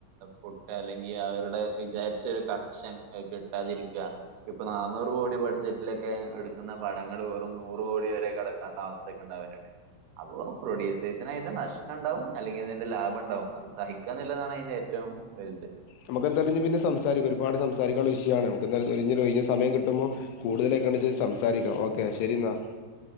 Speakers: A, on the right; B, on the left.
A: ഫുസ് അല്ലെങ്കിൽ അവരുടെ വിചാരിച്ച ഒരു കണക്ഷൻ കിട്ടാതിരിക്കുക ഇപ്പൊ നന്നൂറ് കോടി ബഡ്ജറ്റിലൊക്കെ എടുക്കുന്ന പടങ്ങൾ വെറും നൂറ് കോടി വരെ കടക്കാത്ത അവസ്ഥയൊക്കെ ഉണ്ടാവരുണ്ട് അപ്പോ പ്രൊഡ്യൂസേഴ്സിന് അതിന്റെ നഷ്ടം ഉണ്ടാവും അല്ലെങ്കി അതിന്റെ ലാഭം ഉണ്ടാവും അത് സഹിക്കന്നില്ല എന്നാണ് അതിന്റെ ഏറ്റവും വലുത്
B: നമുക്ക് എന്തായാലും ഇ പിന്നെ സംസാരിക്കും ഒരുപാട് സംസാരിക്കാനുള്ള വിഷയമാണ് നമുക്ക് എ ഒഴിഞ്ഞ സമയം കിട്ടുമ്പോൾ കൂടുതലൊക്കാെത് സംസാരിക്കാം ഓക്കെ ശരി എന്നാ